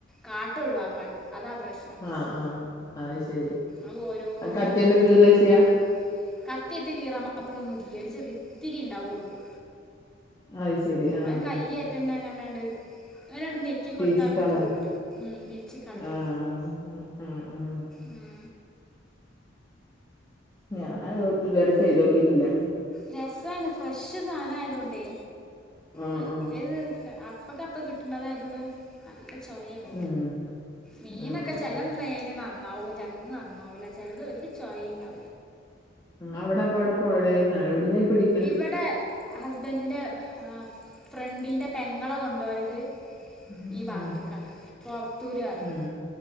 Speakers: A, in the centre; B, on the left (about 20°).
A: കാട്ടം ഒഴിവാക്കാനൊ ണ്ട് അതാ പ്രശ്നം
B: ആ ആ അത് ശരി
A: ആ ഓരോനിന്റെ
B: അത് കത്തിയോണ്ട്
A: ഇട്ത്ത്
B: കീറാ
A: ഒഴിവാക്കണം
B: ചെയ്യാ
A: കത്തിയിട്ട് കീറാൻ മാത്രം ഒന്നുമില്ല ഒരിത്തിരി ഉണ്ടാവയുള്ളൂ
B: അത് ശരി ആഹ്
A: അത് കൈഏറ്റന്റെങ്ങാണ്ടാണ്ട് അങ്ങനണ്ടു ഞെക്കി ഞെക്കി
B: പീച്ചിക്കാണ്
A: കൊടുത്താണ്ട് തൂറ്റും ഉം പീച്ചി കളയ
B: ആഹ് ഉം ഉം ഉം
A: ഉം
B: ഞാന ഇതുവരെ ചെയ്ത് നോക്കിട്ടില്ല
A: രസമാണ് ഫ്രഷ് സാധനം ആയതൊണ്ടേ
B: ആഹ്
A: മറ്റേത്
B: ആഹ്
A: അപ്പക്കെ അപ്പോ കിട്ടണ തായതോണ്ട് നല്ല ചോവയാണ്
B: ഉം
A: മീനൊക്കെ
B: ആഹ്
A: ചെലന്ന് മീനൊന്നും നന്നാവും ചെലത് നന്നാവൂല്ല ചെലത് ഒരു ചോയിംണ്ടാ
B: അവിടെ അപ്പോ എവിടെ പുഴയെന്നോ എവിടുന്നാ ഈ പിടി
A: ഇവിടെ ഹസ്ബൻഡിന്റെ ആ ഫ്രണ്ടിന്റെ പെങ്ങളാ കൊണ്ടു പോയത്
B: ഉം
A: ഈ ഭാഗത്തക്കാണ് പൊറത്തൂര് പറയും
B: ഉം